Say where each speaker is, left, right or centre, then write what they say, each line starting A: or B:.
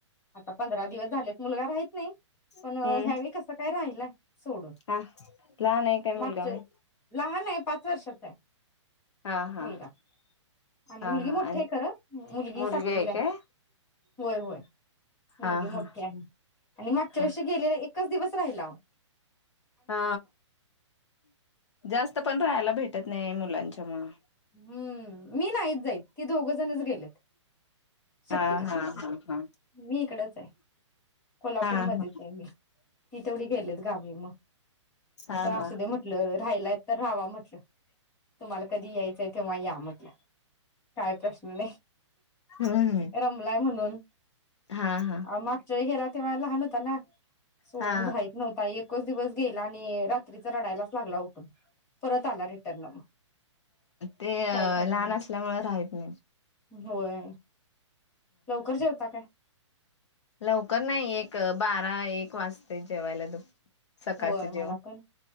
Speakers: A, on the left; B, on the left.
A: आता पंधरा दिवस झाले. मुलगा राहीत नाही, पण
B: हम्म
A: ह्या वेळी कस काय राहिलाय सोडून,
B: हा लहान आहे काय मुलगा
A: मागच्या
B: मग
A: लहान आहे. पाच वर्षाचा आहे.
B: हा हा
A: मुलगा आणि
B: हा
A: मुलगी
B: हा
A: मोठी
B: आणि
A: आहे खरं. मुलगी
B: मुलगी
A: सातवीला
B: हाय
A: आहे
B: काय....
A: होय, होय. मुलगी
B: हा
A: मोठी
B: हा
A: आहे आणि मागच्या
B: हा
A: वर्षी गेलेले एक एकच दिवस राहिलाव.
B: हा जास्त तिथं पण राहायला भेटत नाही मुलांच्या मूळ...
A: हम्म मी नाहीत जाईत ते दोघंजणच गेलेत. सुट्टीला
B: हा हा हा
A: मी इकडच आहे कोल्हापूरमध्येच
B: हा हा
A: आहे मी. ती तेवढी गेलेत गावी मग,
B: हा
A: असु
B: हा
A: दे म्हटलं राहायलाय तर राहावा म्हटलं‌. तुम्हाला कधी याय तेव्हाही या म्हटलं काय प्रश्न नाही...
B: हम्म
A: रमलाय म्हणून
B: हा हा
A: मागच्या वेळी गेला तेव्हा लहान होता ना. सोडून
B: हा
A: राहित नव्हता एकच दिवस गेला आणि रात्रीच रडायलाच लागला उठून परत आला रिटर्न मग.
B: ते
A: काय करणार
B: लहान असल्यामुळं राहत नाहीत.
A: होय. लवकर जेवता काय पण?
B: लवकर नाही एक बारएक वाजता जेवायला एक वाजते? सकाळचं
A: होय
B: जेवण
A: मला पण